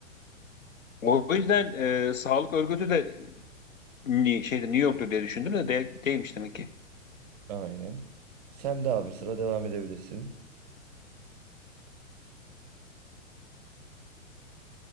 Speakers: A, on the left (about 80°); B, on the right (about 30°).
A: O yüzden e, Sağlık Örgütü de ni- şeyde New York'tur diye düşündüm de değil- değilmiş demek ki.
B: Aynen. Sen de abi sıra devam edebilirsin.